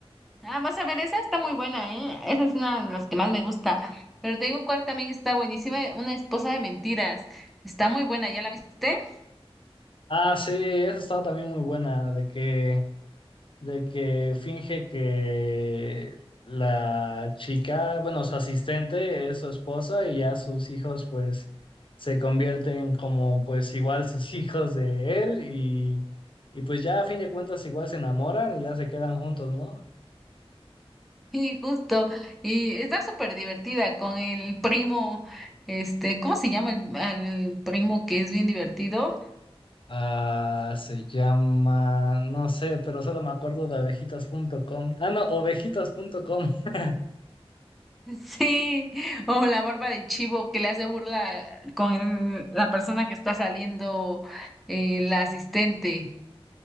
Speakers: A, in the centre; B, on the left.
A: Ah, vas a ver, esa está muy buena, ¿eh? Esa es una de las que más me gusta. Pero te digo cuál también está buenísima, Una esposa de mentiras. Está muy buena, ¿ya la viste? <laughs>
B: Ah, sí, esa estaba también muy buena, de que de que finge que la chica, bueno, su asistente es su esposa y ya sus hijos pues se convierten como pues igual sus hijos de él y, y pues ya a fin de cuentas igual se enamoran y ya se quedan juntos, ¿no?
A: Y justo, y está súper divertida con el primo, este, ¿cómo se llama el, al primo que es bien divertido?
B: Ah, se llama, no sé, pero solo me acuerdo de abejitas abejitas.com. Ah, no, ovejitas ovejitas.com. <laughs>
A: <laughs> Sí, o la barba de chivo que le hace burla con el- la persona que está saliendo, eh, la asistente.